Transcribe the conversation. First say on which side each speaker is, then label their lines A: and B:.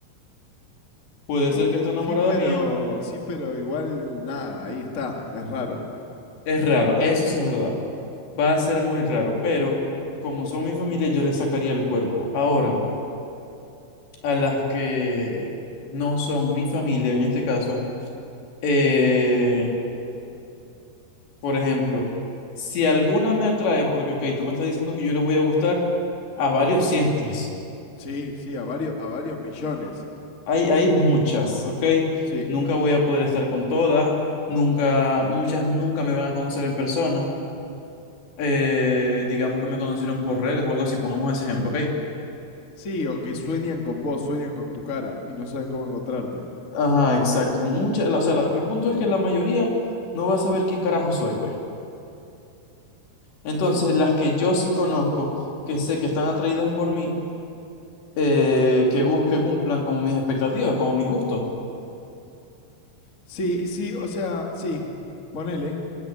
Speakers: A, on the left (about 80°); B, on the left (about 25°).
A: Puede
B: Sí,
A: ser que esté enamorada
B: sí, pero,
A: mío,
B: sí, pero igual nada, ahí está, es raro.
A: es raro, eso sí es verdad, va a ser muy raro, pero como son mi familia, yo les sacaría el cuerpo. Ahora, a las que no son mi familia, en este caso, eh, por ejemplo, si alguna me atrae, porque, ok, tú me estás diciendo que yo le voy a gustar a varios <laughs> cientos.
B: Sí, sí, a varios, a varios millones.
A: Hay, hay muchas, ¿ok?
B: Sí.
A: Nunca voy a poder estar con todas, nunca, muchas nunca me van a conocer en persona. Eh, digamos que me conocieron por redes o algo así, pongamos ese ejemplo, ¿ok?
B: Sí, o que sueñan con vos, sueñan con tu cara y no saben cómo encontrarte.
A: Ajá, exacto. Muchas, o sea, la- mi punto es que la mayoría no va a saber quién carajo soy, pues. Entonces, las que yo sí conozco, que sé que están atraídas por mí, eh, que, bus- que cumplan como mis expectativas, como mis gustos.
B: Sí, sí, o sea, sí, ponele.